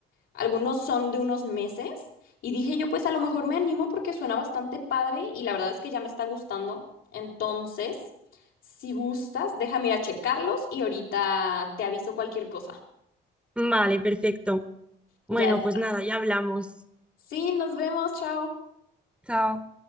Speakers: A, on the left; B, in the centre.
A: algunos son de unos meses y dije yo, pues a lo mejor me animo porque suena bastante padre y la verdad es que ya me está gustando. Entonces, si gustas, déjame ir a checarlos y ahorita te aviso cualquier cosa.
B: Vale, perfecto. Bueno,
A: Ya es.
B: pues nada, ya hablamos.
A: Sí, nos vemos, chao.
B: Chao.